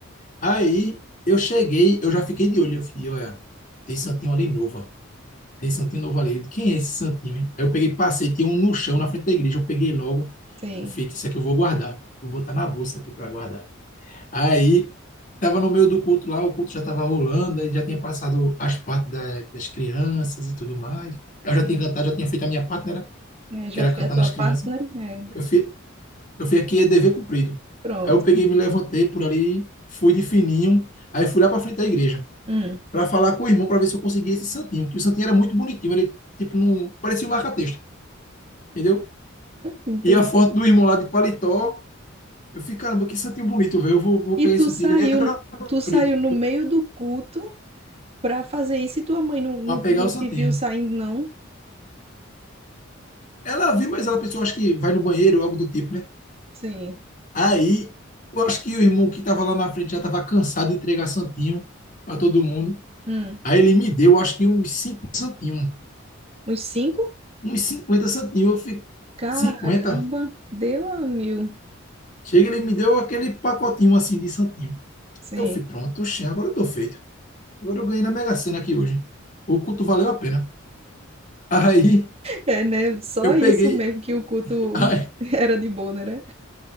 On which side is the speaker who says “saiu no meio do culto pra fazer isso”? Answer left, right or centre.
Right